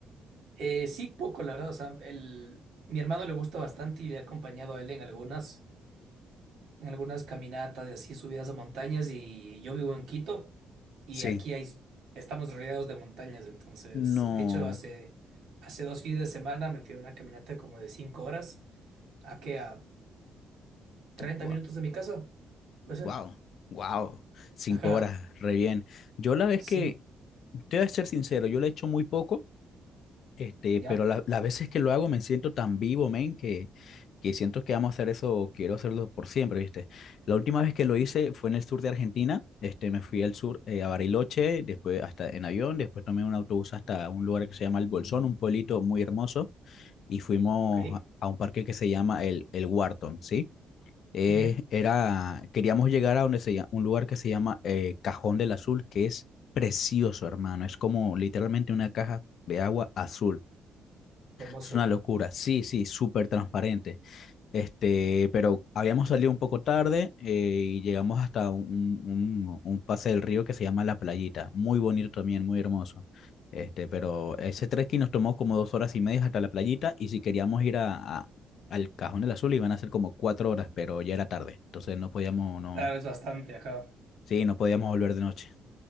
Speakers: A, on the right; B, on the left.
A: eh, sí, poco, la verdad, o sea, el, mi hermano le gusta bastante y le he acompañado a él en algunas, en algunas caminatas de así, subidas a montañas y yo vivo en Quito y
B: Sí.
A: aquí hay, estamos rodeados de montañas, entonces,
B: No.
A: de hecho, hace, hace dos fines de semana me fui a una caminata como de cinco horas, ¿a qué? A treinta
B: Guau.
A: minutos de mi casa, puede ser.
B: Wow, wow, cinco
A: Ajá.
B: horas, re bien. Yo la vez
A: Sí,
B: que, te voy a ser sincero, yo lo he hecho muy poco, este,
A: ya,
B: pero la- las veces que lo hago me siento tan vivo, men, que, que siento que amo hacer eso, quiero hacerlo por siempre, ¿viste? La última vez que lo hice fue en el sur de Argentina, este, me fui al sur, eh, a Bariloche, después hasta en avión, después tomé un autobús hasta un lugar que se llama El Bolsón, un pueblito muy hermoso, y fuimos
A: ok.
B: a a un parque que se llama el, el Wharton, ¿sí? eh,
A: ujú,
B: era, queríamos llegar a donde se llama, un lugar que se llama eh, Cajón del Azul, que es precioso, hermano. Es como literalmente una caja de agua azul.
A: Hermoso.
B: Es una locura. Sí, sí, súper transparente. Este, pero habíamos salido un poco tarde eh, y llegamos hasta un, un- un pase del río que se llama La Playita. Muy bonito también, muy hermoso. Este, pero ese trekking nos tomó como dos horas y media hasta la playita y si queríamos ir a, a- al Cajón del Azul iban a ser como cuatro horas, pero ya era tarde. Entonces no podíamos, no,
A: Claro, es bastante, ajá.
B: sí, no podíamos volver de noche.